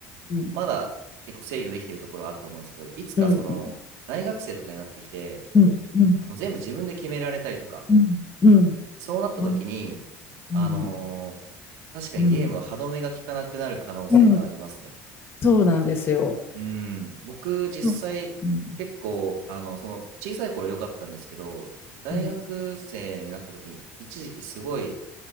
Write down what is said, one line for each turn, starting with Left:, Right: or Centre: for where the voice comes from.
Left: うん、
Right: まだ結構制御できてるところはあると思うんですけどいつかその大学生とかになってきて
Left: うん、うん、うん、うん、
Right: あの全部自分で決められたりとか
Left: うん、うん、
Right: そうなった時に、
Left: ほん
Right: あのー確かにゲームは歯止めが効かなくなる可能性がありますね。
Left: うん、うん、うんそうなんですよ。
Right: うん、僕実際結構、
Left: でもうん、
Right: あの、その小さい頃良かったんですけど、大学生になった時に一時期すごい、
Left: うん、